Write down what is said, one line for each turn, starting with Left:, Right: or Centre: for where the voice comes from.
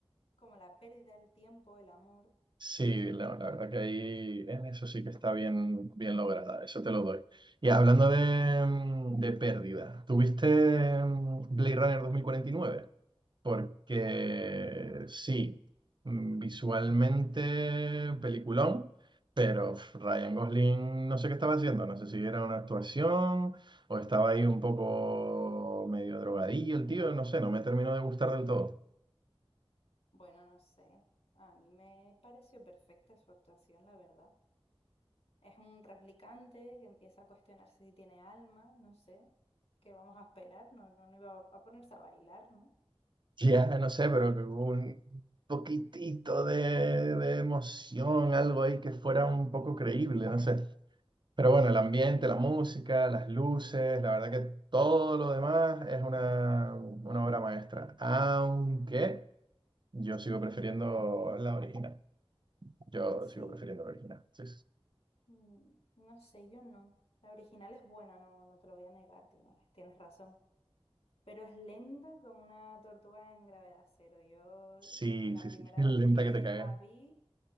Left: como la pérdida del tiempo, el amor.
Right: Sí, la, la verdad que ahí en eso sí que está bien, bien lograda, eso te lo doy. Y hablando de, mm, de pérdida, ¿tuviste mm, Blade Runner 2049? Porque
Left: Mm, mm.
Right: sí, mm, visualmente peliculón, pero pf, Ryan Gosling no sé qué estaba haciendo, no sé si era una actuación o estaba ahí un poco medio drogadillo el tío, no sé, no me terminó de gustar del todo.
Left: Bueno, no sé, a mí me pareció perfecta su actuación, la verdad. Es un replicante que empieza a cuestionarse si tiene alma, no sé, qué vamos a esperar, no, no, no iba a a ponerse a bailar, ¿no?
Right: Ya, no sé, pero que hubo un poquitito de, de emoción, algo ahí que fuera un poco creíble, no sé. Pero bueno, el ambiente, la música, las luces, la verdad que todo lo demás es una, una obra maestra. Aunque yo sigo prefiriendo la original. Yo sigo
Left: Sí,
Right: prefiriendo la original. Sí,
Left: mm, no sé, yo no. La original es buena, no, no te lo voy a negar, tienes, tienes razón. Pero es lenta como una tortuga en gravedad cero. Yo l-
Right: sí,
Left: la
Right: sí,
Left: primera
Right: sí, sí. <laughs> Lenta
Left: vez que
Right: que te cagas.
Left: la vi